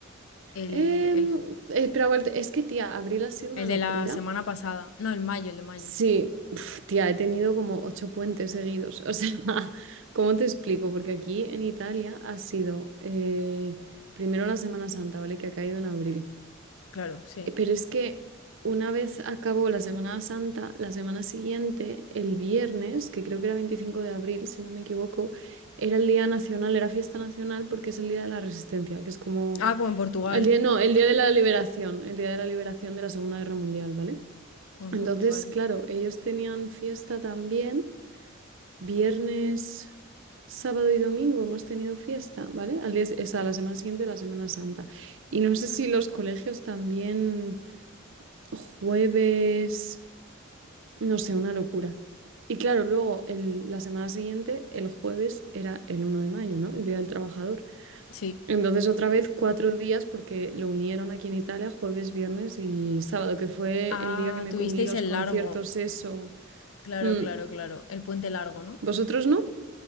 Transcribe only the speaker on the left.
El,
el
El de
la semana pasada. No, el mayo, el de mayo.
Claro, sí.
Ah, como en Portugal.
Como
en Portugal.
Sí.
Ah,
tuvisteis
el
largo.
Claro,
claro, claro. El puente largo, ¿no?